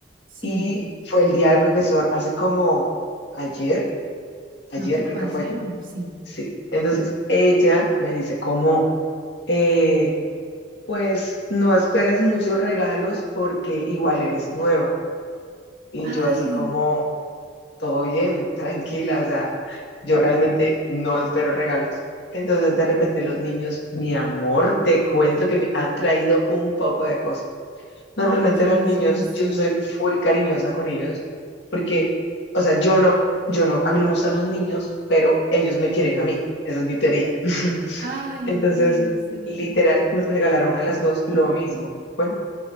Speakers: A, on the right; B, on the left.
A: Sí,
B: y fue el día del profesor hace como ayer, ayer
A: creo que
B: creo
A: fue
B: que
A: ayer
B: fue.
A: o no, sí.
B: Sí. Entonces ella me dice como eh, pues no esperes muchos regalos porque igual eres nueva. Y
A: Ay,
B: yo así como, todo bien, <laughs> tranquila, o sea, yo realmente no espero regalos. Entonces de repente los niños, mi amor, te cuento que me han traído un poco de cosas. Normalmente
A: ay, qué
B: los
A: belleza.
B: niños, yo soy full cariñosa con ellos porque, o sea, yo no, yo no, a mí no me gustan los niños, pero ellos me quieren a mí. Esa es mi teoría. <laughs>
A: Ay,
B: Entonces,
A: ok, sí.
B: literal, nos regalaron a las dos lo mismo. Bueno,